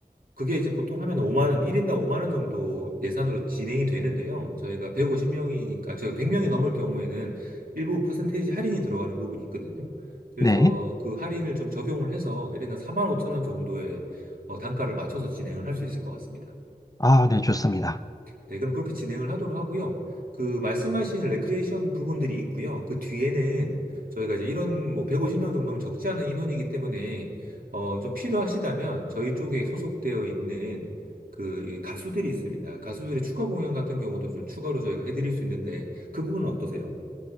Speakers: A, on the right; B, on the left.
A: 그게 이제 보통 하면 5만 원, 1인당 5만 원 정도 예산으로 진행이 되는데요. 저희가 150명이니까 저희가 100명이 넘을 경우에는 일부 퍼센테이지 할인이 들어가는 부분이 있거든요. 그래서
B: 네.
A: 그 할인을 좀 적용을 해서 1인당 4만 5천 원 정도의 어, 단가를 맞춰서 진행을 할 수 있을 것 같습니다.
B: 아, 네, 좋습니다.
A: 네, 그럼 그렇게 진행을 하도록 하고요. 그 말씀하신 레크레이션 부분들이 있고요. 그 뒤에는 저희가 이제 이런 뭐 150명 정도면 적지 않은 인원이기 때문에 어, 좀 필요하시다면 저희 쪽에 소속되어 있는 그이 가수들이 있습니다. 가수들의 축하 공연 같은 경우도 좀 추가로 저희가 해드릴 수 있는데 그 부분은 어떠세요?